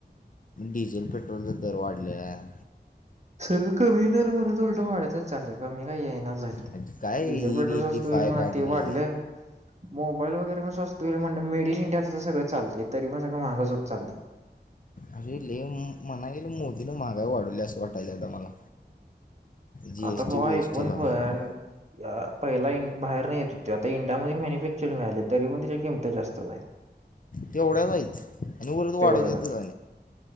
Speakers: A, on the left (about 50°); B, on the right (about 40°).
A: डिझेल पेट्रोलचे दर वाढले आहे
B: सगळं कमी न म्हण लटं वाढतच चालेल कमी काही ये ना झा
A: आणि काय
B: डिझेल
A: येईल
B: पेट्रोल
A: एटी
B: स्स्त होईल
A: फाय
B: म्हणा
A: काढले
B: ते वाढलं. मोबाईल वगैरेण स्वस्त होईल म्हणल मेड इन इंडियाचं सगळ चालतय ते तरी पण सगळ महागाच होत चालले. <inaudible>
A: अे लय म्हणा गेल मोदीन महागाई वाढवली असं वाटायला आता मला जी
B: आता
A: एस
B: बाबा
A: टी वी एस
B: पण
A: टी लावून
B: प पहिला बाहेर नाही येत होते आता इंडियामध्ये म चिडून राहीलेत तरी पण त्याच्या किंमती जास्तच आहेत.
A: तेवढ्याच आहेतच आणि उलट वाढवतात
B: तेवढ्याच आहे